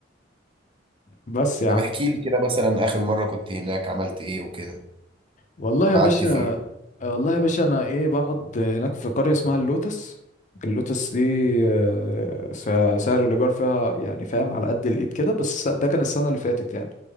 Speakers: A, on the left; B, on the right.
A: بس يا
B: طب
A: عم
B: احكي لي كده مثلا اخر مره كنت هناك عملت ايه وكده
A: والله
B: وقعدت
A: يا باشا
B: فين
A: والله يا باشا انا ايه بقعد هناك في قريه اسمها اللوتس اللوتس دي آه، س- سعر الايجار فيها يعني فاهم على قد الايد كده بس ده كان السنه اللي فاتت يعني